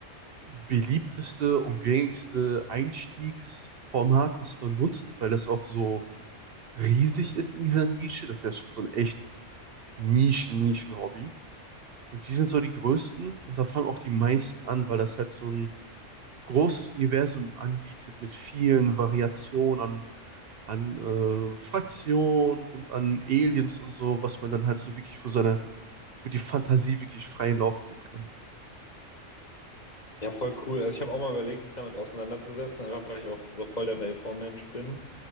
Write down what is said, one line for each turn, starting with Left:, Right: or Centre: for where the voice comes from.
Right: beliebteste und gängigste Einstiegsformat, was man nutzt, weil das auch so riesig ist in dieser Nische. Das ist ja schon so ein echt Nischen-Nischen-Hobby. Und die sind so die größten und da fangen auch die meisten an, weil das halt so ein großes Universum anbietet mit vielen Variationen an, an äh, Fraktionen und an Aliens und so, was man dann halt so wirklich für seine, für die Fantasie wirklich freien Lauf nehmen kann.
Left: Ja, voll cool. Also ich habe auch mal überlegt, mich damit auseinanderzusetzen, einfach weil ich auch so voll der Weltraummensch bin.